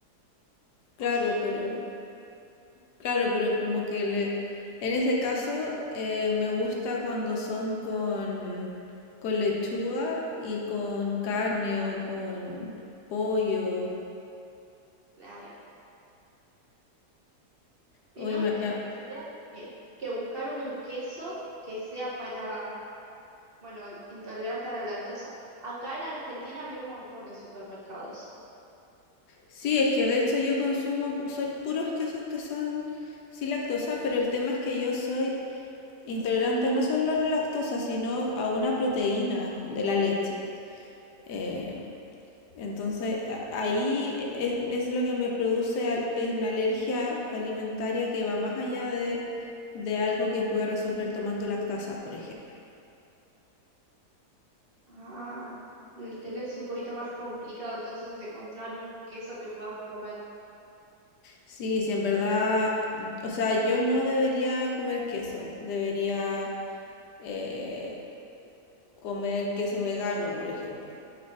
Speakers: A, on the left; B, on the right.
A: Claro,
B: O sí,
A: pero claro, pero como que le, en ese caso eh, me gusta cuando son con con lechuga y con carne o con pollo.
B: claro.
A: Uy,
B: Si no,
A: me-
B: te-
A: me-
B: tendrías que, que buscar un queso que sea para bueno, intolerante a la lactosa. Acá en Argentina había un montón de supermercados.
A: Sí, es que de hecho yo consumo pu- soy puros quesos que son sin lactosa, pero el tema es que yo soy Intolerante no solo a la lactosa, sino a una proteína de la leche. Eh, entonces, ahí e- e, es, lo que me produce eh, una alergia alimentaria que va más allá de, de algo que pueda resolver tomando lactasa, por ejemplo.
B: Ah, El tener es un poquito más complicado entonces de encontrar un queso que puedas comer.
A: Sí, sí, en verdad, o sea, yo no debería comer queso, debería eh, comer queso vegano, por ejemplo.